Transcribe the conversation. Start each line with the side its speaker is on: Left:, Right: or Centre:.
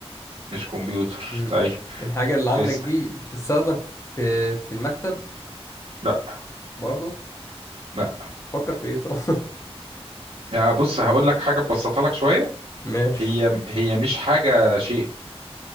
Right: مش كمبيوتر
Left: امم
Right: طيب
Left: الحاجة اللي عندك
Right: اسأل
Left: دي بتستخدم في في المكتب
Right: لا
Left: برضه
Right: لا
Left: فكر في ايه <laughs> طب
Right: يعني بص هقول لك حاجة تبسطها لك شوية
Left: ماشي
Right: هي هي مش حاجة شيء